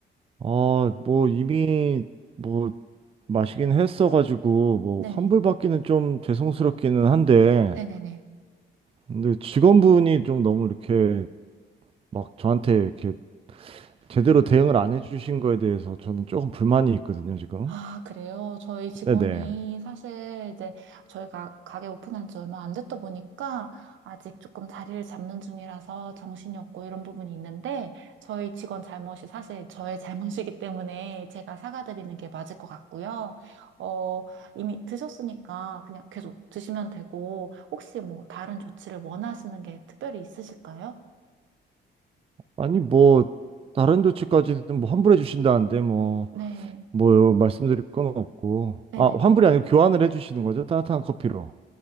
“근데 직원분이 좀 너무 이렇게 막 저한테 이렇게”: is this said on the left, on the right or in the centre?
Right